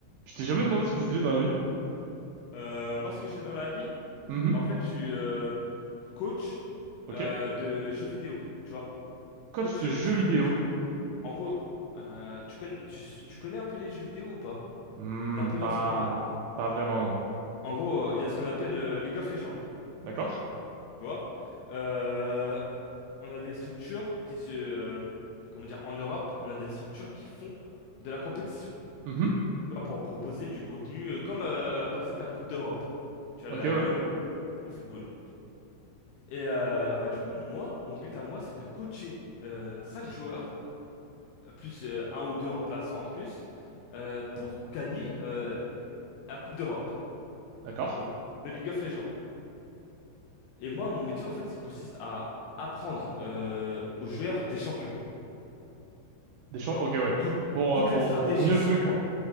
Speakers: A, on the right; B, on the left.
A: Je t'ai jamais demandé ce que je faisais dans la vie.
B: Euh, moi, ce que je fais dans la vie,
A: Mhm.
B: bah, en fait, je suis euh, coach
A: Ok.
B: euh, de jeux vidéo, tu vois.
A: Coach
B: Coach
A: de
B: euh,
A: jeux
B: d'une
A: vidéo.
B: structure. En gros, euh, tu connais, tu, tu connais un peu les jeux vidéo ou pas?
A: Hmm,
B: T'es un peu dans
A: pas,
B: ce monde-là?
A: pas vraiment, non.
B: En gros, euh, il y a ce qu'on appelle euh, League of Legends, tu
A: D'accord?
B: vois. Euh, on a des structures qui se... euh, comment dire? En Europe, on a des structures qui font de la compétition,
A: Mhm.
B: tu vois, pour proposer du contenu, euh, comme euh, par exemple la Coupe d'Europe, tu vois,
A: Ok,
B: la-
A: ouais.
B: l'Euro au football. Et euh, bah du coup, moi, mon but à moi, c'est de coacher euh, 5 joueurs, euh, plus euh, un ou deux remplaçants en plus, euh, pour gagner euh, la Coupe d'Europe,
A: D'accord.
B: du coup, de League of Legends. Et moi, mon métier, en fait, il consiste à apprendre euh, aux joueurs des champions.
A: Des champs,
B: Tu vois,
A: ok, ouais.
B: Tout-
A: Pour,
B: toutes
A: euh, pour,
B: les stratégies,
A: pour mieux jouer, quoi.